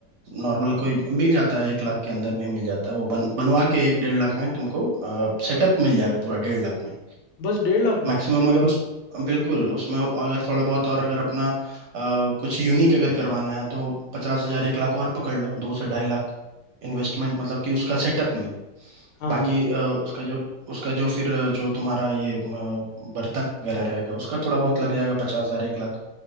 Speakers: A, on the right; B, on the left.
A: नॉर्मल कोई मिल जाता है एक लाख के अंदर में ही मिल जाता है वो बन बनवा के एक डेढ़ लाख में तुमको सेटअप मिल जाएगा पूरा डेढ़ लाख में
B: बस डेढ़ लाख में
A: मैक्सिमम अगर उस बिल्कुल उसमें अगर थोड़ा बहुत और अगर अपना अ, कुछ यूनिक अगर करवाना है तो पचास हजार एक लाख और पकड़ लो दो से ढाई लाख इन्वेस्टमेंट मतलब कि उसका सेटअप में
B: हाँ
A: बाकी
B: हाँ
A: अ, उसका जो उसका जो फिर अ, जो तुम्हारा ये अ, बर्तन वगैरह रहेगा उसका थोड़ा बहुत लग जाएगा पचास हजार एक लाख